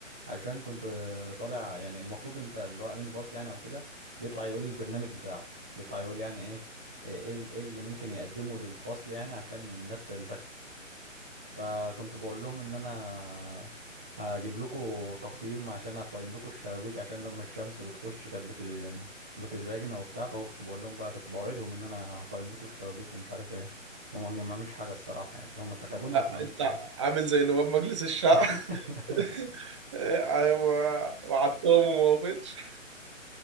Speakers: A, in the centre; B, on the right (about 20°).
A: عشان كنت آه، طالع يعني المفروض انت اللي هو امين الفصل يعني او كده بيطلع يقول البرنامج بتاعه بيطلع يقول يعني ايه ايه إيه ال- إيه اللي ممكن يقدمه للفصل يعني عشان الناس تنتخب فكنت بقول لهم ان انا هجيب لكم تفهيم عشان افهم لكم الشبابيك عشان لما الشمس بتخش كانت بت يعني بتزعجنا وبتاع فكنت بقول لهم بقى كنت بوعدهم ان انا هفهم لكم الشبابيك ومش عارف ايه هم ما عملش حاجه الصراحه يعني هم انتخبوني
B: آه،
A: بس ما عملتش
B: أنت
A: حاجه
B: عامل زي نواب مجلس الشعب
A: <laughs>
B: <laughs> أيوة، وعدتهم وما وافقتش